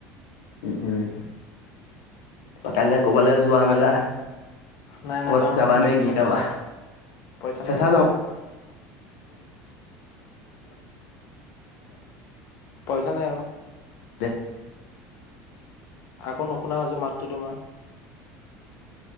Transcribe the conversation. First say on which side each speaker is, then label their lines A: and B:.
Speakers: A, on the left; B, on the left.
A: উম উম কাইলৈ ক'বালে যোৱা মেলা।
B: নাই নাযাওঁ
A: কবাত জাবানে কি
B: পইচা
A: কাবা,
B: নাই পইচা
A: চেঁচা
B: নাই
A: যাওঁ।
B: পইচা নাই অ।
A: দে।
B: আকৌ নুশুনা হৈছো মাতটো তোমাৰ।